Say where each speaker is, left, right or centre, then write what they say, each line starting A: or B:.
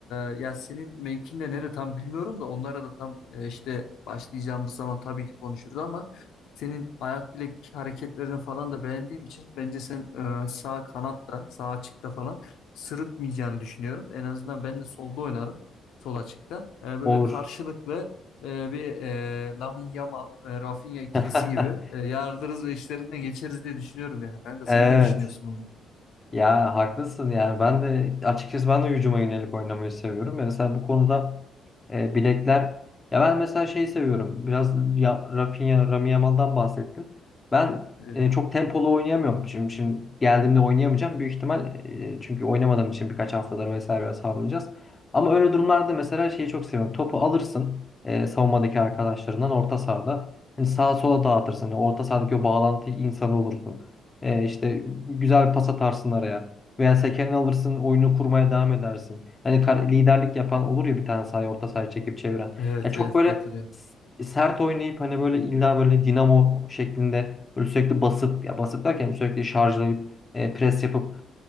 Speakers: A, on the left; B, on the left.
A: e, ya senin mevkin de nere tam bilmiyorum da onlara da tam e, işte başlayacağımız zaman tabii ki konuşuruz ama senin ayak bilek hareketlerini falan da beğendiğim için bence sen e, sağ kanatta, sağ açıkta falan sırıtmayacağını düşünüyorum. En azından ben de solda oynarım, sol açıkta. E, böyle
B: Olur.
A: karşılıklı e, bir e, Lamine Yamal, e, Rafinha ikilisi
B: <laughs>
A: gibi e, yardırız ve işlerinden geçeriz diye düşünüyorum yani. Kanka
B: Evet.
A: sen ne düşünüyorsun bundan?
B: Ya haklısın yani ben de açıkçası ben de hücuma yönelik oynamayı seviyorum. Ve Mesela bu konuda e, bilekler ya ben mesela şeyi seviyorum. Biraz ya, Rafinha, Rami Yamal'dan bahsettin. Ben
A: Evet.
B: e, çok tempolu oynayamıyorum. Şimdi, şimdi geldiğimde oynayamayacağım büyük ihtimal e, çünkü oynamadığım için birkaç haftadır vesaire biraz hamlayacağız. Ama öyle durumlarda mesela şeyi çok seviyorum. Topu alırsın e, savunmadaki arkadaşlarından orta sahada. Hani sağa sola dağıtırsın. Yani orta sahadaki o bağlantı insanı olursun. E, işte güzel bir pas atarsın araya. Veya sekeni alırsın, oyunu kurmaya devam edersin. Hani kar- liderlik yapan olur ya bir tane sahaya, orta sahaya çekip çeviren.
A: Evet
B: Ya çok
A: evet
B: böyle
A: katılıyorum.
B: s- sert oynayıp hani böyle illa böyle dinamo şeklinde böyle sürekli basıp ya basıp derken sürekli şarjlayıp e, pres yapıp